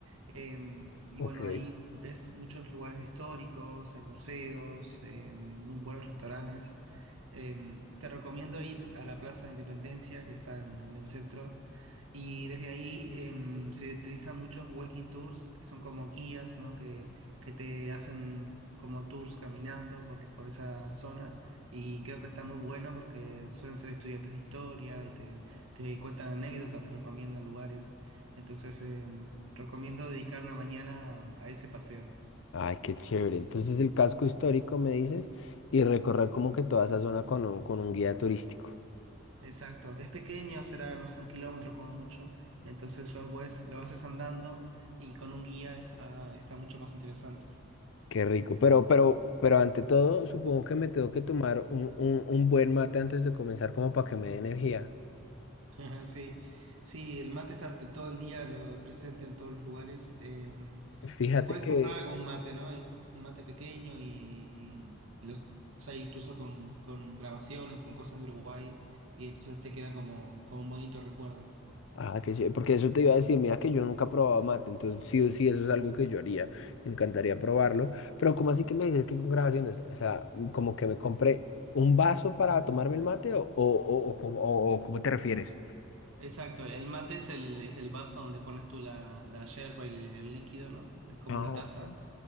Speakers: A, on the right; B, on the left.
A: Em, y
B: Ok.
A: bueno, ahí ves muchos lugares históricos, hay museos, em, muy buenos restaurantes. Em, te recomiendo ir a la Plaza de Independencia, que está en, en el centro, y desde ahí em, se utilizan muchos walking tours, que son como guías, ¿no? Que, que te hacen como tours caminando por, por esa zona, y creo que está muy bueno porque suelen ser estudiantes de historia y te, te cuentan anécdotas, te recomiendan lugares. Entonces, em, Recomiendo dedicar una mañana a a ese paseo.
B: Ay, qué chévere. Entonces el casco histórico, me dices, y recorrer como que toda esa zona con un, con un guía turístico.
A: Exacto. Es pequeño, será, no sé, un kilómetro como mucho. Entonces lo, puedes- lo haces andando y con un guía está, está mucho más interesante.
B: Qué rico. Pero, pero,
A: Ujú.
B: pero ante todo, supongo que me tengo que tomar un, un, un buen mate antes de comenzar, como para que me dé energía.
A: <laughs> Sí, sí, el mate está t- todo el día lo, presente en todos los lugares. Eh,
B: <laughs> Fíjate
A: te puedes
B: que.
A: comprar algún mate, ¿no? Hay un mate pequeño y, y los hay incluso con, con grabaciones, con cosas de Uruguay. Y entonces te queda como, como un bonito recuerdo.
B: Ah, que sí, porque eso te iba a decir, mira que yo nunca he probado mate, entonces sí o sí, eso es algo que yo haría, me encantaría probarlo, pero ¿cómo así que me dices que con grabaciones? O sea, como que me compré un vaso para tomarme el mate o, o, o, o cómo o- o cómo te refieres?
A: Exacto, el mate es el, es el vaso donde pones tú la, la yerba y el, el líquido, ¿no? Es como
B: Ah,
A: la taza.
B: ok.